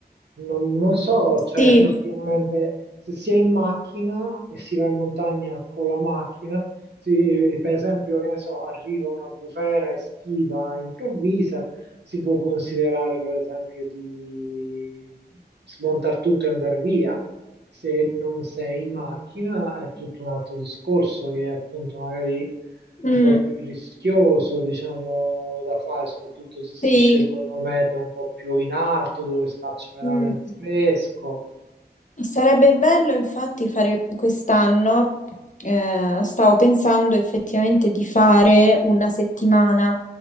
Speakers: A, on the right; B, on the left.
A: Non, non so, cioè
B: Sì.
A: effettivamente se si è in macchina e si va in montagna con la macchina, sì, per esempio, che ne so, arriva una bufera estiva improvvisa, si può considerare per esempio di smontare tutto e andare via. Se non sei in macchina è tutto un altro discorso che è appunto magari
B: Mh,
A: un po' più rischioso, diciamo, da fare, soprattutto se si
B: sì,
A: scelgono mete un po' più in alto, dove si faccia veramente
B: mh.
A: fresco.
B: Sarebbe bello infatti fare quest'anno, eh, stavo pensando effettivamente di fare una settimana,